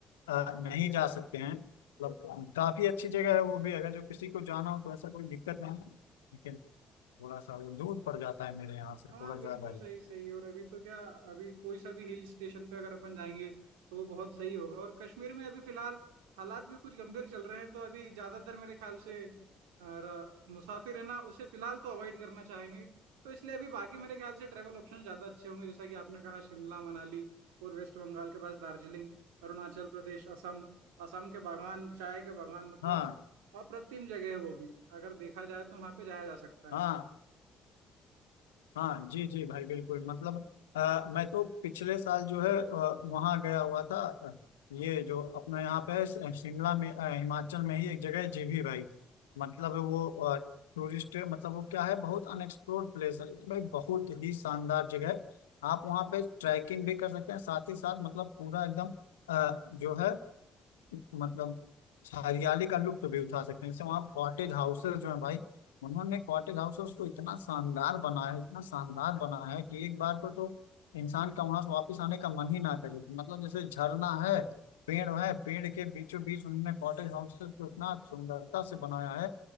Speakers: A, on the left; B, on the right.
A: अ, नहीं जा सकते हैं मतलब काफी अच्छी जगह है वो भी अगर जो किसी को जाना हो तो ऐसा कोई दिक्कत नहीं है लेकिन थोड़ा सा वो दूर पड़ जाता है मेरे यहाँ से
B: हाँ
A: थोड़ा
B: बिल्कुल
A: ज्यादा ही
B: सही सही और अभी तो क्या अभी कोई सा भी हिल स्टेशन पे अगर अपन जाएंगे तो वो बहुत सही होगा और कश्मीर में अभी फिलहाल हालात भी कुछ गंभीर चल रहे हैं तो अभी ज्यादातर मेरे ख्याल से अ, र- मुसाफिर है ना उसे फिलहाल तो अवॉइड करना चाहेंगे तो इसलिए अभी बाकी मेरे ख्याल से ट्रैवल ऑप्शन ज्यादा अच्छे होंगे जैसा कि आपने कहा शिमला मनाली और वेस्ट बंगाल के पास दार्जिलिंग अरुणाचल प्रदेश असम असम के बागान चाय के बागान मतलब
A: हाँ
B: अप्रतिम जगह है वो भी अगर देखा जाए तो वहां पे जाया जा सकता
A: हाँ
B: है
A: हाँ जी जी भाई बिल्कुल मतलब अ, मैं तो पिछले साल जो है अ, वहाँ गया हुआ था अ, ये जो अपना यहाँ पे है, स- शिमला में अ, हिमाचल में ही एक जगह है जीभी भाई मतलब वो टूरिस्ट मतलब वो क्या है बहुत अनएक्सप्लोर्ड प्लेस है लेकिन भाई बहुत ही शानदार जगह है आप वहाँ पे ट्रैकिंग भी कर सकते हैं साथ ही साथ मतलब पूरा एकदम अ, जो है मतलब हरियाली का लुत्फ भी उठा सकते हैं जैसे वहाँ कॉटेज हाउसेस जो है भाई उन्होंने कॉटेज हाउसेस को इतना शानदार बनाया है इतना शानदार बनाया है कि एक बार को तो इंसान का वहां से वापस आने का मन ही ना करे मतलब जैसे झरना है पेड़ है पेड़ के बीचों बीच उन्होंने कॉटेज हाउसेस को इतना सुंदरता से बनाया है